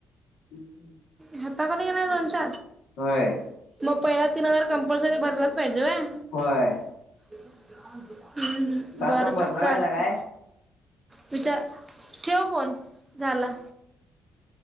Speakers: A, on the left (about 85°); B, on the right (about 20°).
A: <inaudible>
B: हाताखाली घेणार दोन च
A: होय
B: म पहिला तीन हजार कंपल्सरी भरलाच पाहिजे व्हय?
A: व्हय.
B: हम्म हम्म
A: का
B: बरं
A: तुम्ही
B: बरं
A: भरणार
B: चालतय.
A: आहेसा काय
B: विचार, ठेव फोन झाला.